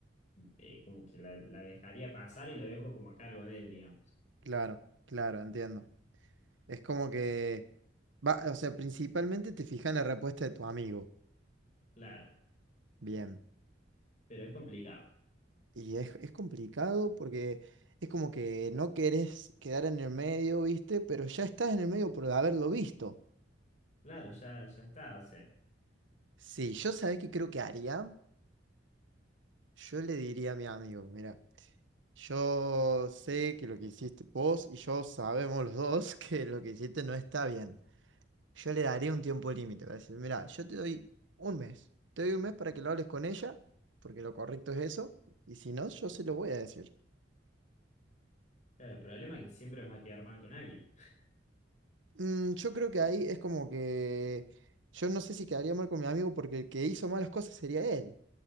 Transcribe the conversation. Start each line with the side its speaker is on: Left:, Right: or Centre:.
Left: eh, como que la, la dejaría pasar y lo dejo como a cargo de él, digamos.
Right: Claro, claro, entiendo. Es como que va, o sea, principalmente te fijas en la respuesta de tu amigo.
Left: Claro,
Right: Bien.
Left: pero es complicado.
Right: Y es, es complicado porque es como que no querés quedar en el medio, ¿viste? Pero ya estás en el medio por haberlo visto.
Left: Claro, ya, ya está, o sea.
Right: Sí, yo sabés que creo que haría. Yo le diría a mi amigo, mira, yo sé que lo que hiciste vos y yo sabemos los dos <laughs> que lo que hiciste no está bien. Yo le daría un tiempo límite para decir, mira, yo te doy un mes, te doy un mes para que lo hables con ella, porque lo correcto es eso, y si no, yo se lo voy a decir.
Left: Claro, el problema es que siempre vas a quedar mal con alguien.
Right: Mm, yo creo que ahí es como que yo no sé si quedaría mal con mi amigo porque el que hizo malas cosas sería él,